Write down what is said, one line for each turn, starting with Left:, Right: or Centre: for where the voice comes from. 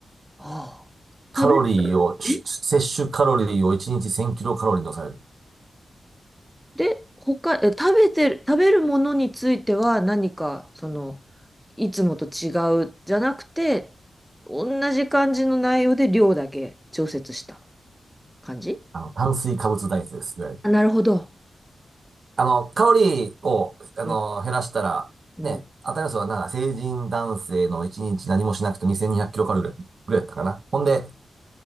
Centre: ああ食べる。
Right: カロリーを、摂取カロリーを1日1000キロカロリーに抑える。
Centre: えで、他、え、食べてる、食べるものについては何か、その、いつもと違うじゃなくて、同じ感じの内容で量だけ調節した感じ
Right: あの、炭水化物ダイエットです。いわゆる。
Centre: あ、なるほど。
Right: あの、カロリーを、あの、
Centre: うん
Right: 減らしたら、
Centre: うん
Right: ね、新たいのはなんか成人男性の1日何もしなくて2200キロカロリーぐらいだったかな。ほんで、